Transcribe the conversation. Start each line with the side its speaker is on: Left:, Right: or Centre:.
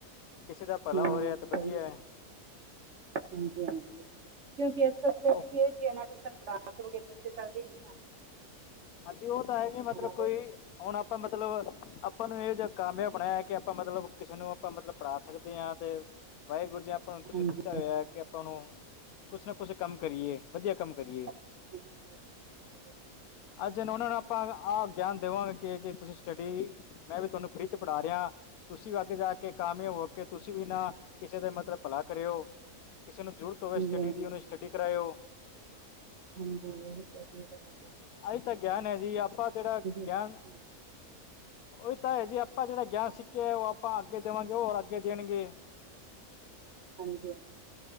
Left: ਕਿਸੇ ਦਾ ਭਲਾ
Right: ਹਾਂ
Left: ਹੋ ਰਿਹਾ ਹੈ
Right: ਸਹੀ
Left: ਤਾਂ ਵਧੀਆ ਹੈ।
Right: ਹਾਂਜੀ ਹਾਂਜੀ ਕਿਉਂਕਿ ਇੱਥੇ ਸਟੱਡੀ
Left: ਉਹ
Right: ਵੀ ਇਹੀ ਜੀ ਆ ਨਾ। ਉਸ ਨੂੰ ਪੜਾ ਪੜੂ ਕੇ ਬੱਚੇ ਚੱਲਦੇ ਨਹੀਂ ਹੈ।
Left: ਹਾਂਜੀ ਉਹ ਤਾਂ ਹੈਗੇ ਮਤਲਬ
Right: ਬਹੁਤ
Left: ਕੋਈ ਹੁਣ ਆਪਾਂ ਮਤਲਬ। ਆਪਾਂ ਨੂੰ ਇਹ ਜਿਹਾ ਕਾਮਯਾਬ ਬਣਾਇਆ ਕਿ ਆਪਾਂ ਮਤਲਬ ਕਿਸੇ ਨੂੰ ਆਪਾਂ ਮਤਲਬ ਪੜ੍ਹਾ ਸਕਦੇ ਹਾਂ ਤੇ। ਵਾਹਿਗੁਰੂ ਜੀ ਆਪਾਂ ਨੂੰ ਕੁਛ
Right: ਹਾਂਜੀ ਹਾਂਜੀ
Left: ਦਿੱਤਾ ਹੋਇਆ ਹੈ। ਕਿ ਆਪਾਂ ਨੂੰ ਕੁਛ ਨਾ ਕੁਛ ਕੰਮ ਕਰੀਏ ਵਧੀਆ ਕੰਮ ਕਰੀਏ।
Right: ਹਾਂਜੀ ਹਾਂਜੀ।
Left: ਅੱਜ ਉਹਨਾਂ ਨੂੰ ਆਪਾਂ ਆਹ ਗਿਆਨ ਦੇਵਾਂਗੇ ਕਿ ਤੁਸੀਂ ਸਟੱਡੀ। ਮੈਂ ਵੀ ਤੁਹਾਨੂੰ ਫ੍ਰਰੀ ਚ ਪੜ੍ਹਾ ਰਿਹਾ ਤੁਸੀਂ ਵੀ ਅੱਗ ਜਾ ਕੇ ਕਾਮਯਾਬ ਹੋ ਕੇ ਤੁਸੀਂ ਵੀ ਨਾ ਕਿਸੇ ਦਾ ਮਤਲਬ ਭਲਾ ਕਰਿਓ ਕਿਸੇ ਨੂੰ ਜ਼ਰੂਰਤ ਹੋਵੇ ਸਟੱਡੀ
Right: ਹਾਂਜੀ
Left: ਦੀ ਉਹਨੂੰ ਸਟੱਡੀ ਕਰਾਇਓ
Right: <unintelligible> ਤੁਹਾਡੀ ਗਲਾ ਨਾਲ
Left: ਆਹੀ ਤਾਂ ਗਿਆਨ ਹੈ ਜੀ ਆਪਾਂ ਜਿਹੜਾ ਗਿਆਨ
Right: ਹਾਂਜੀ
Left: ਉਹੀ ਤਾਂ ਹੈ ਜੀ ਆਪਾਂ ਜਿਹੜਾ ਗਿਆਨ ਸਿੱਖਿਆ ਉਹ ਆਪਾਂ ਅੱਗੇ ਦੇਵਾਂਗੇ ਹੋਰ ਅੱਗੇ ਦੇਣਗੇ
Right: ਹਾਂਜੀ ਹਾਂਜੀ